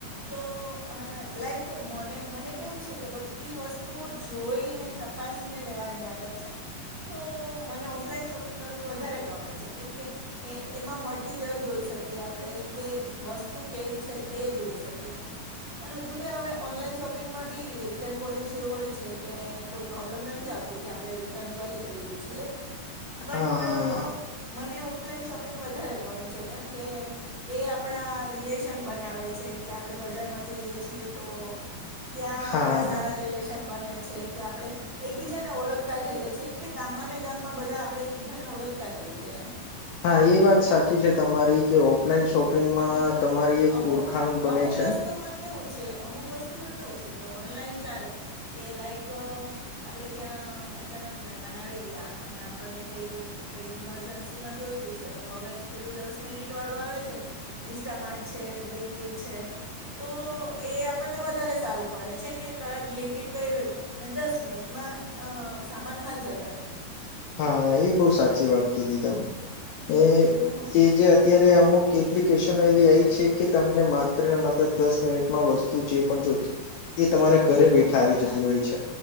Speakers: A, on the right; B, on the left.
A: તો લાઈક મને મને કેવું છે કે બધી વસ્તુઓ જોઈને ત તપાસને લેવાની આદત છે તો મને ઓફલાન શોપિંગ કરવું વધારે ગમે છે. કેમ કે એ એ એમાં મટિરિયલ જોઈ શકીએ આપડે કે વસ્તુ કેવી છે તે જોઈ શકીએ. અહ જોકે હવે ઓનલાઈન શોપિંગમાં બી રિટર્ન પોલસી હોય છે એટલે કોઈ પ્રોબ્લેમ નથી આવતી કે આપડે રી ટર્ન કરી દઈએ છીએ. બટ
B: હા
A: અહ મને ઓફ લાઈન શોપિંગ વધારે ગમે છે કેમ કે એ આપડા રિલે શન બનાવે છે કે આપડે બજારમાં જઈએ છીએ તો ત્યાં
B: હા
A: આપડા સારા રિલેશન બને છે કે આપડે એકબીજાને ઓળખતા થઈએ છે કે ગામમાં ને ગામમાં બધા આપડે બીજા ને ઓળખતા થઈએ એમ.
B: હા, એ વાત સાચી છે તમારી કે ઓફ લાઈન શોપિંગમાં
A: અને
B: તમારી
A: અમુક
B: એક ઓળખાણ બને
A: અમુક
B: છે.
A: વસ્તુમાં કેવું છે અમુક વસ્તુમાં કેવું છે કે ઓનલાઈન ચાલે કે લાઈક અહ આપડે ત્યાં અચાનક મહેમાન આવી ગયા અને આપણને કંઈ કંઈ ઇમરજન્સીમાં જોઈતું છે તો હવે પેલું દસ મિનિટ વાળું આવે છે ઇન્સ્ટામાર્ટ છે, બ્લિંકીટ છે તો એ આપણને વધારે સારું પડે છે કે તરત બ્લિન્કીટ કરી્યું ને દસ મિનિટમાં આ અહ સામાન હાજર એમ.
B: હા, એ બહુ સાચી વાત કીધી તમે એ
A: હમ
B: એ જે અત્યારે અમુક કે એપ્લિકેશન એ આ છે કે તમને માત્ર ને માત્ર દસ મિનિટમાં વસ્તુ જે પણ જોતી તમારે ઘરે
A: હમ
B: બેઠા આવી જતી હોય છે.